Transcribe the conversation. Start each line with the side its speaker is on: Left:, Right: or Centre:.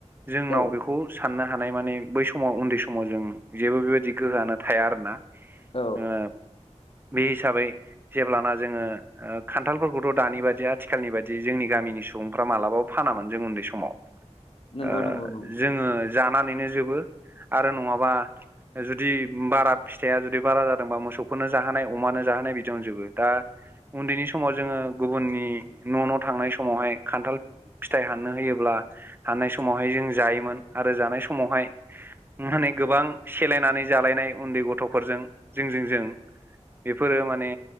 Right: जोंनाव
Left: औ
Right: बेखौ साननो हानाय माने बै समाव उन्दै समाव जों जेबो बेबायदि गोहोआनो थाया आरो ना
Left: औ
Right: ओ बे हिसाबै जेब्लाना जोङो ओ खान्थालफोरखौथ' दानि बादि आथिखालनि बायदि जोंनि गामिनि सुबुंफ्रा मालाबाबो फानामोन जों उन्दै समाव ओ
Left: नंगौ नंगौ नंगौ
Right: जोङो जानानैनो जोबो आरो नङाबा जुदि बारा फिथाया जुदि बारा जादोंबा मोसौफोरनो जाहोनाय अमानो जाहोनाय बिदियावनो जोबो दा उन्दैनि समाव जोङो गुबुननि न' न' थांनाय समावहाय खान्थाल फिथाइ हाननो होयोब्ला हाननाय समावहाय जों जायोमोन आरो जानाय समावहाय माने गोबां सेलायनानै जालायनाय उन्दै गथ'फोरजों जों जों बेफोरो माने